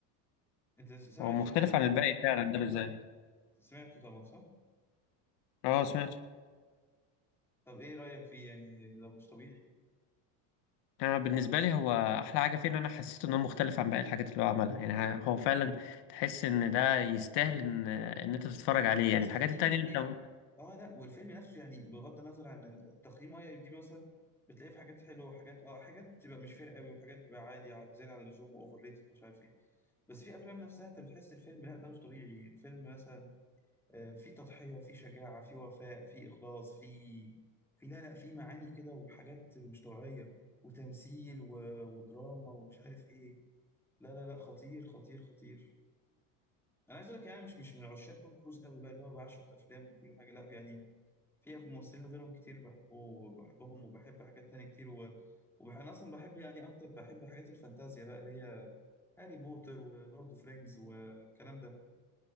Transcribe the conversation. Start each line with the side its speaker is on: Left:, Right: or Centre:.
Centre: انت سامع
Left: هو
Centre: الفيلم
Left: مختلف
Centre: اكيد
Left: عن الباقي فعلا ده بالذات
Centre: سمعته طبعا صح
Left: اه سمعت
Centre: طب ايه رايك فيه يعني ده مش طبيعي
Left: انا بالنسبه لي هو احلى حاجه فيه ان انا حسيت ان هو مختلف عن باقي الحاجات اللي هو عملها يعني هو فعلا تحس ان ده يستاهل ان ان انت تتفرج عليه
Centre: لا بس
Left: يعني الحاجات
Centre: في
Left: التانية
Centre: في
Left: انت اه
Centre: اه لا والفيلم نفسه يعني بغض النظر عن تقييم اي ام دي بي مثلا بتلاقيه في حاجات حلوه وحاجات اه حاجات بتبقى مش فارقه قوي وحاجات بتبقى عادي على- زياده عن اللزوم واوفر ريتد مش عارف ايه بس في افلام نفسها انت بتحس الفيلم لا ده مش طبيعي فيلم مثلا آه، في تضحية وفي شجاعة في وفاء في اخلاص في في لا لا في معاني كده وحاجات مش طبيعية وتمثيل و... ودراما ومش عارف ايه لا لا لا خطير خطير خطير انا عايز اقول لك يعني انا مش مش من عشاق توم كروز قوي بقى اللي هو بعشق افلامه وكل حاجة لا يعني في ممثلين غيرهم كتير بحبه بحبهم وبحب حاجات تانية كتير و... وبح... انا اصلا بحب يعني اكتر بحب حاجات الفانتازيا بقى اللي هي هاري بوتر ولورد اوف رينجز والكلام ده